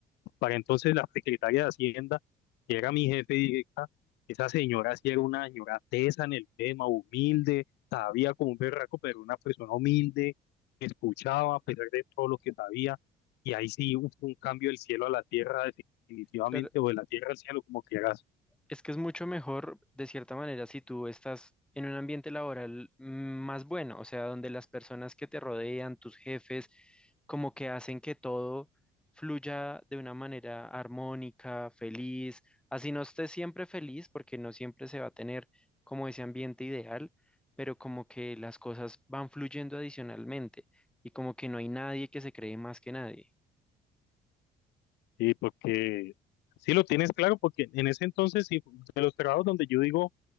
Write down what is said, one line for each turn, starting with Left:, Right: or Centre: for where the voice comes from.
Left: Para entonces la secretaria de Hacienda, que era mi jefe directa, esa señora sí era una señora tesa en el tema, humilde, sabía como un berraco, pero una persona humilde, que escuchaba a pesar de todo lo que sabía, y ahí sí hubo un cambio del cielo a la tierra definitivamente,
Centre: claro.
Left: o de la tierra al cielo, como quieras,
Centre: Es que es mucho mejor, de cierta manera, si tú estás en un ambiente laboral mm, más bueno, o sea, donde las personas que te rodean, tus jefes, como que hacen que todo fluya de una manera armónica, feliz, así no estés siempre feliz, porque no siempre se va a tener como ese ambiente ideal, pero como que las cosas van fluyendo adicionalmente y como que no hay nadie que se cree más que nadie.
Left: sí, porque sí lo tienes claro, porque en ese entonces, sí, de los trabajos donde yo digo,